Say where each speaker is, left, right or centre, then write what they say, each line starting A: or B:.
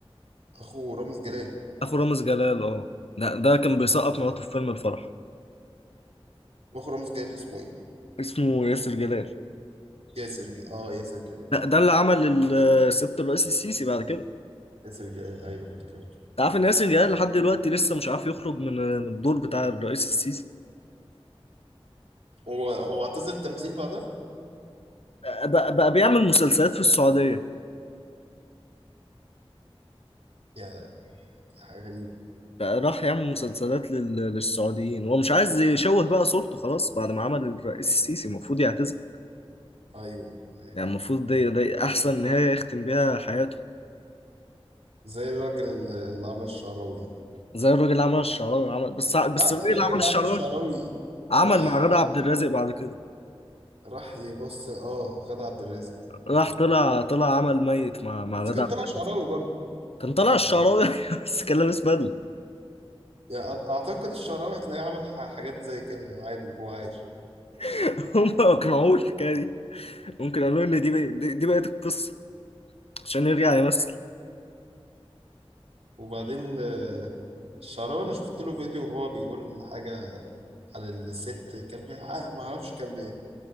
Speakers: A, on the right; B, on the left.
A: اخو رامز جلال
B: اخو رامز جلال اه ده ده كان بيسقط مراته في فيلم الفرح
A: اخو رامز جلال اسمه ايه
B: اسمه ياسر جلال
A: ياسر ج... اه ياسر جلال
B: ده, ده اللي عمل ال- سيادة الرئيس السيسي بعد كده
A: ياسر جلال ايوه افتكرت
B: انت عارف ان ياسر جلال لحد دلوقتي لسه مش عارف يخرج من من الدور بتاع الرئيس السيسي
A: هو هو اعتزل التمثيل بعدها
B: بقى, بقى بيعمل مسلسلات في السعودية
A: يا حاجه غريبه
B: بقى راح يعمل مسلسلات لل... للسعوديين هو مش عايز يشوه بقى صورته خلاص بعد ما عمل الرئيس السيسي المفروض يعتزل
A: ايوه ايوه
B: يعني المفروض دي, دي احسن نهاية يختم بيها حياته
A: زي الراجل اللي اللي عمل الشعراوي
B: زي الراجل اللي عمل الشعراوي عمل بس بس
A: لا
B: الراجل اللي
A: الراجل
B: عمل
A: اللي
B: الشعراوي
A: عمل الشعراوي
B: عمل
A: راح
B: مع غادة عبد الرازق بعد كده
A: راح يبص اه غادة عبد الرازق
B: راح طلع طلع عمل ميت مع مع
A: بس
B: غادة
A: كان
B: عبد
A: طلع
B: الرازق.
A: شعراوي برضه
B: كان طلع الشعراوي <laughs> بس كان لابس بدلة
A: يعني أع- اعتقد الشعراوي هتلاقيه عمل ح- حاجات زي كده عادي وهو عايش
B: <laughs> هم اقنعوه الحكاية دي ممكن قالوا ان دي بقى- دي, دي بقت القصة عشان يرجع يمثل
A: وبعدين آه، الشعراوي انا شفت له فيديو وهو بيقول حاجة على الست كان بي... ع- ما اعرفش كان بي